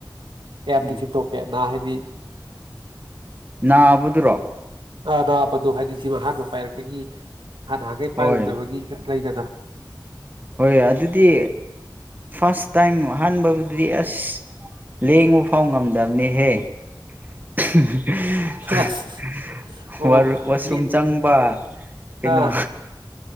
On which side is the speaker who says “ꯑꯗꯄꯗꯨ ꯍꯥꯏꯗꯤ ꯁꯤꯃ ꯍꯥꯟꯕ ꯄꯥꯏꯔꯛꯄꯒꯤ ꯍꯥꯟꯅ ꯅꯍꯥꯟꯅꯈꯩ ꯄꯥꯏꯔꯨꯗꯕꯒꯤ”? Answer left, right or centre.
Right